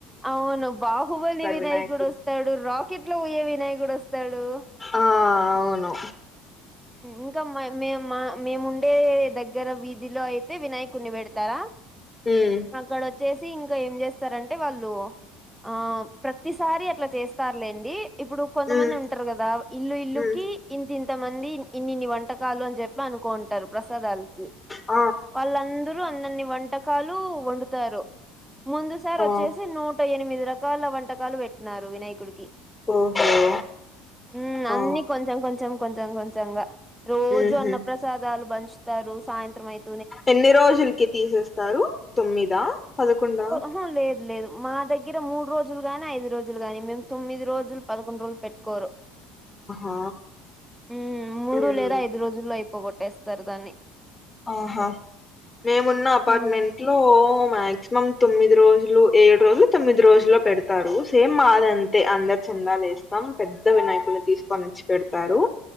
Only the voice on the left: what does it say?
వినాయకుడిని
ఆ ఆ అవును
హమ్
ఉమ్
ఉమ్
ఉం
ఆ
ఓహో
ఆ
ఉహు
ఎన్ని రోజులకి తీసేస్తారు తొమ్మిదా పదకొండా
ఆ
ఉహు
ఆహా మేమున్న అపార్ట్మెంట్
ఇంట్లో మాక్సిమం తొమ్మిది రోజులు ఏడు రోజులు తొమ్మిది రోజుల్లో పెడతారు సేమ్ మాది అం తే అందరు చెందాలేస్తాం పెద్ద వినాయకుని తీసుకొనిచ్చి పెడతారు